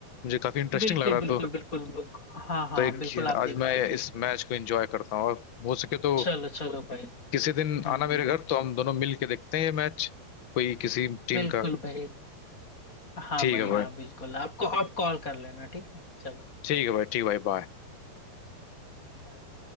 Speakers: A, on the left; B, on the left.
A: मुझे काफी इंटरेस्टिंग
B: बिल्कुल
A: लग रहा
B: बिल्कुल
A: था, तो
B: बिल्कुल बिल्कुल हाँ हाँ
A: तो एक
B: बिल्कुल आप
A: आज
B: देख
A: मैं
B: लो ठीक
A: इस मैच को एंजॉय करता हूँ और हो सके तो
B: चलो चलो भाई
A: किसी दिन
B: हम्म
A: आना मेरे
B: हम्म
A: घर तो हम दोनों मिल के देखते हैं ये मैच कोई किसी टीम
B: बिल्कुल
A: का
B: भाई हाँ
A: ठीक
B: भाई
A: है
B: हाँ
A: भाई
B: बिल्कुल आपको आप कॉल कर लेना ठीक है चलो
A: ठीक है भाई ठीक है भाई बाय
B: bye.